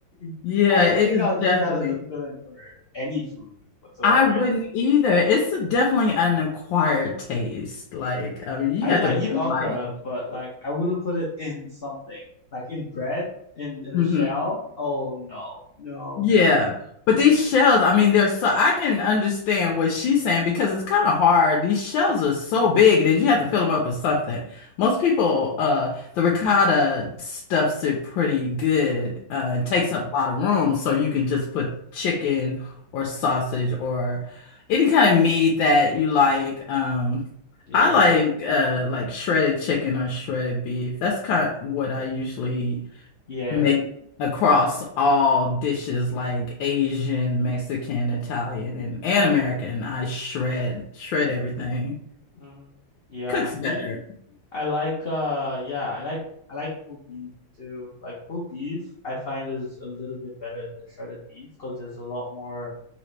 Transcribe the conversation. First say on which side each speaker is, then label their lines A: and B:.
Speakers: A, on the left; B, on the left.
A: <laughs>
B: Yeah,
A: I don't
B: it
A: think
B: is
A: I would use
B: definitely.
A: that as a filling for any food whatsoever.
B: I wouldn't either. It's a- definitely an acquired taste. Like, I mean, you
A: I
B: have
A: mean,
B: to
A: I
B: really
A: eat okra,
B: like it.
A: but like I wouldn't put it in something like in bread, in in a
B: Mm-hmm.
A: shell. Oh no, no,
B: Yeah.
A: no.
B: But these shells, I mean, they're so I can understand what she's saying because it's kind of hard. These shells are so big that you have to fill them up with something. Most people, uh, the ricotta stuffs it pretty good, uh, and
A: Mm,
B: takes up a lot of room, so you can just put chicken or sausage or any kind of meat that you like. Um,
A: yeah,
B: I like uh like shredded chicken or shredded beef. That's kind of what I usually
A: yeah,
B: made across all dishes like Asian, Mexican, Italian, and, and American. I shred, shred everything.
A: mm, yeah.
B: Cooks better.
A: Me, I like uh, yeah, I like I like pulled beef too. Like pulled beef, I find is a little bit better than the shredded beef because there's a lot more